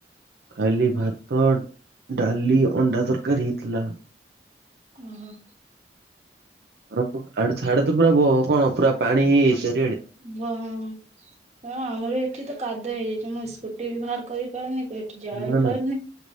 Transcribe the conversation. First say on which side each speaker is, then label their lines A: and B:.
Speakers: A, on the right; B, on the right.
A: ଖାଇଲି ଭାତ ଡାଲି ଅଣ୍ଡା ତରକାରୀ ଥିଲା।
B: ଓହୋ।
A: <unintelligible> ଆଡେଛାଡେ ତ ପୁରା ବ କଣ ପୁରା ପାଣି ହେଇଯାଏ।
B: ଗହମ ଏ ଆମର ଏଠି ତ କାଦୁଅ ହେଇଯାଇଚି ମୁଁ ସ୍କୁଟି ବି ବାହାର କରିପାରୁନିି ବେ। ଯାଇ
A: ନା ନା
B: ପାରୁନି।